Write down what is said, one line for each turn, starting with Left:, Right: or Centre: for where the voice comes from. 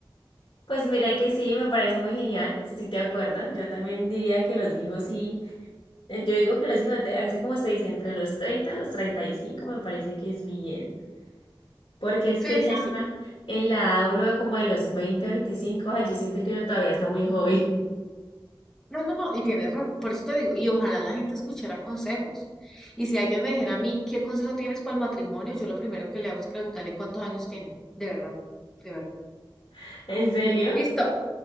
Left: Pues mira que sí, me parece muy genial, estoy de acuerdo. Yo también diría que los hijos sí, eh, yo digo que los hijos, de- así como usted dice, entre los 30 a los 35 me parece que es bien, porque es
Centre: Sí,
Left: que ya
Centre: sí, sí.
Left: en la edad uno ve como de los 20 veinticinco ay, yo siento que uno todavía está muy joven.
Centre: No, no, no, y tienes razón, por eso te digo, y ojalá la gente escuchara consejos. Y si alguien me dijera a mí, ¿qué consejo tienes para el matrimonio? Yo lo primero que le hago es preguntarle cuántos años tiene, de verdad, de verdad.
Left: <laughs> ¿En serio?
Centre: Listo,